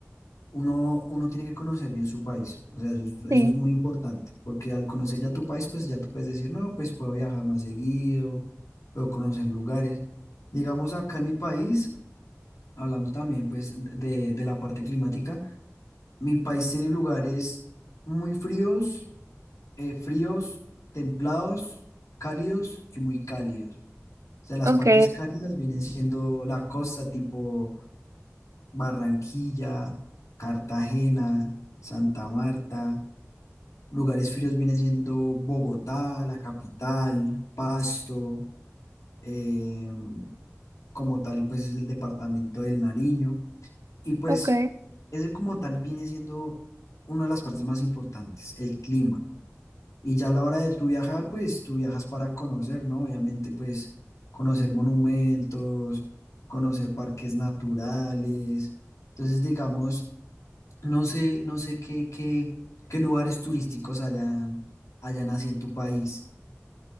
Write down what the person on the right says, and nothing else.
Sí,
ok,
ok.